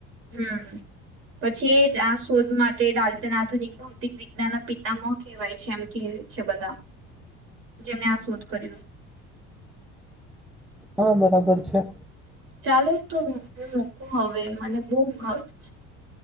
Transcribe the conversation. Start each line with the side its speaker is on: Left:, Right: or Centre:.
Right: હમ્મ પછી જ આ શોધ માટે ડાલ્ટ નાથું નીકળ ભૌતિક વિજ્ઞાનના પિતામ કહેવાય છે એમ કે છે બધા જે મેં આ શોધ કર્ય
Centre: હા બરાબર છે.
Right: ચાલો તો હું મુકું મને હાર્ટ છે.